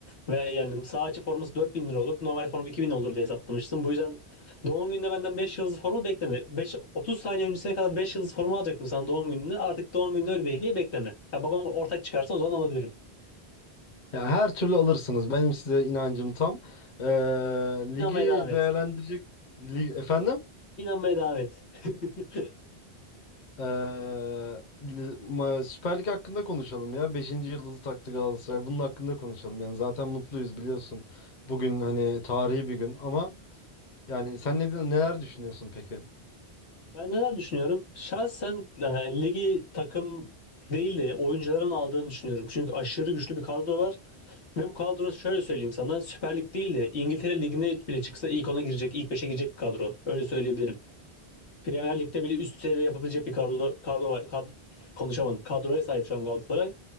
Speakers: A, on the left; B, on the left.
A: Ve yani sağ açı forması 4000 lira olur. Normal forma bin olur diye hesaplamıştım. Bu yüzden doğum gününde benden 5 yıldız forma bekleme. 5, 30 saniye öncesine kadar 5 yıldız forma alacaktım sana doğum gününde. Artık doğum gününde öyle bir hediye bekleme. Ha, babam ortak çıkarsa o zaman alabilirim.
B: Yani her türlü alırsınız. Benim size inancım tam. Ee,
A: İnanmaya
B: ligi
A: devam et.
B: değerlendirecek... Lig... Efendim?
A: İnanmaya devam et. <laughs>
B: Ee, li- ma- Süper Lig hakkında konuşalım ya. Beşinci yıldızı taktı Galatasaray. Bunun hakkında konuşalım. Yani zaten mutluyuz biliyorsun. Bugün hani tarihi bir gün ama yani sen ne, neler düşünüyorsun peki?
A: Ben neler düşünüyorum? Şahsen e, ligi takım değil de oyuncuların aldığını düşünüyorum. Çünkü aşırı güçlü bir kadro var. Ve bu kadro şöyle söyleyeyim sana Süper Lig değil de İngiltere Ligi'ne bile çıksa ilk ona girecek, ilk 5'e girecek bir kadro. Öyle söyleyebilirim. Premier Lig'de bile üst seviye yapabilecek bir kadro, kadro var. Kad konuşamadım. Kadroya sahip şu an Galatasaray.